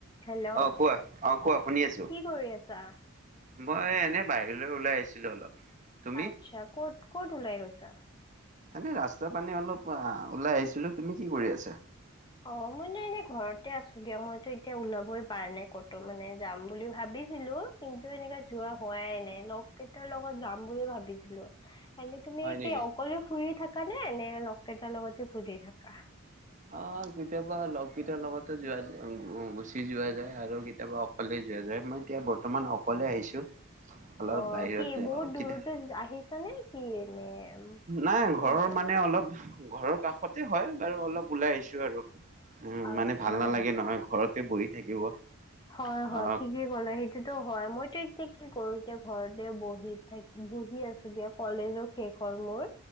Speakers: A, on the left; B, on the right.
A: হেল্ল'
B: আহ কোৱা অ কোৱা শুনি আছো।
A: কি কৰি আছা
B: মই এনে বাহিৰলৈ ওলাই আহিছিলো অলপ। তুমি
A: আচ্ছা ক'ত ক'ত ওলাই গৈছা?
B: এনে ৰাস্তা পানী অলপ ওলাই আহিছিলো তুমি কি কৰি আছা?
A: অ মই নো এনেই ঘৰতে আছো দিয়া মইতো এতিয়া ওলাবই। পাৰ নে ক'তো মানে যাম বুলি ভাবিছিলো কিন্তু সেনেকাে যোৱা হোৱাই নাই লগ কেইটাৰ লগত। যাম বুলি ভাবিছিলো। এ তুমি
B: হয় নেকি
A: কি অকলে ফুৰি থাকা নে নে লগ এটাৰ লগতে ফুৰি থাকা।
B: অ কেতিয়াবা লগকেটাৰ লগতো যোৱা যায় গুচি যোৱা যায় আৰু কেতিয়াবা অকলে যোৱা যায়। মই এতিয়া বৰ্তমান অকলে আহিছো। অলপ
A: অ
B: বাহিৰতে
A: কি বহুত
B: কেতিয়া
A: দূৰতে আহিছ নে কি? নে উম,
B: নাই
A: ওচৰতে?
B: ঘৰৰ মানে অলপ ঘৰৰ কাষতে হয় বাৰু অলপ ওলাই আহিছো আৰু। উম
A: আচ্ছা
B: মানে ভাল নালাগে নহয় ঘৰতে বহি থাকিব।
A: হয়
B: আহ
A: হয় ঠিকেই ক'লা সেইটোতো হয় মই। এতিয়া কি কৰো এতিয়া ঘৰতে বহি থাক বহি আছো দিয়া কলেজৰ শেষ হ'ল মোৰ।